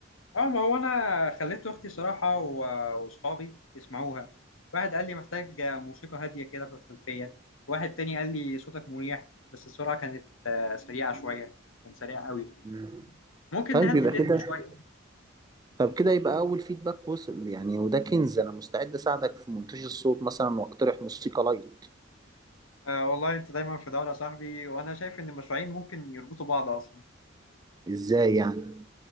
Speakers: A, on the left; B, on the right.
A: اه ما هو أنا خليت أختي صراحة و- وأصحابي يسمعوها واحد قال لي محتاج موسيقى هادية كده في الخلفية واحد تاني قال لي صوتك مريح بس السرعة كانت آه، سريعة شوية كان سريع قوي
B: مم.
A: ممكن
B: طيب
A: نهدي
B: يبقى
A: الريتم
B: كده
A: شوية
B: طب كده يبقى اول فيدباك وصل يعني وده كنز انا مستعد اساعدك في مونتاج الصوت مثلا واقترح موسيقى لايت
A: أه والله انت دايما في دورة يا صاحبي وانا شايف ان المشروعين ممكن يربطوا بعض اصلا
B: ازاي يعني